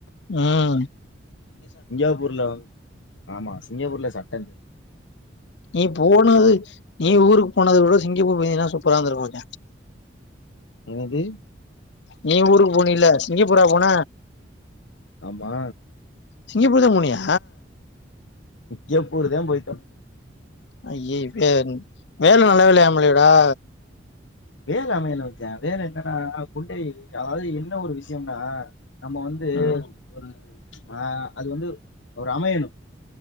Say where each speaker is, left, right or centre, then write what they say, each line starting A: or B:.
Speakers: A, on the left; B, on the left.
A: உம்
B: சிங்காப்பூர்ல வந்து ஆமா சிங்கப்பூர்ல சட்டம்
A: நீ போனது நீ ஊருக்கு போனத விட சிங்கப்பூர் போனாதா சூப்பரா இருந்த இருக்கும் மச்சா
B: என்னது
A: நீ ஊருக்கு போனல சிங்கப்பூரா போன
B: ஆமா
A: சிங்கப்பூர் தா போனியா
B: சிங்கப்பூர் தா போயிட்டு வந்தே
A: அயவே வேல நல்ல வேலையம்லா டா
B: வேல அமையல மச்சா வேல என்னன்னா குண்டை அதாவது என்ன ஒரு விஷயம்னா நம்ம வந்து
A: ம்
B: ஒரு அ அது வந்து ஒரு அமையணு